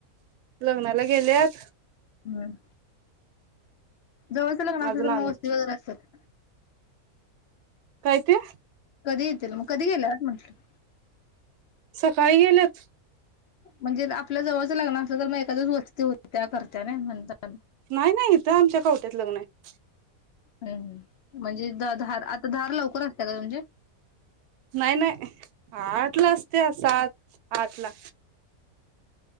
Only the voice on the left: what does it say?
हम् जवळच लग्न
असत तर
मग वस्ती वगैरे असतात
कधी येतील मग कधी गेले म्हटलं
म्हणजे आपल्या जवळचं लग्न असलं तर मग एखका दिवस वस्ती हो त्या करत्या ना म्हणता
हम्म म्हणजे द धार आता धार लवकर असते का म्हणजे